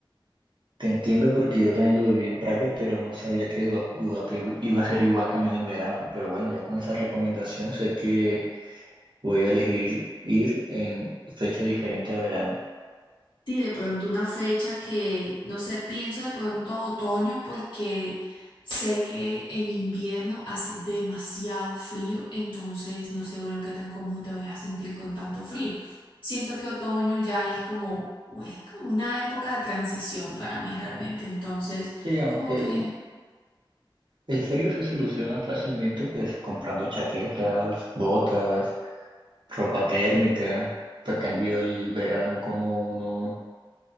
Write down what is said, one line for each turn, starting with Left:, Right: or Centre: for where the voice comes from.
Right: Te entiendo porque yo también lo viví en Praga, pero no sabía que Buda- Budapest iba a ser igual también en verano. Pero bueno, ya con esa recomendación sé que voy a elegir ir en fecha diferente a verano.
Left: Sí, de pronto una fecha que, no sé, pienso de pronto otoño porque sé que en invierno hace demasiado frío, entonces no sé, bueno, qué tan cómodo te vayas a sentir con tanto frío. Siento que otoño ya es como, es como una época de transición para mí realmente, entonces
Right: Sí, aunque
Left: como que
Right: el, el frío se soluciona fácilmente, pues comprando chaquetas, botas, ropa térmica. Te cambio el verano, como uno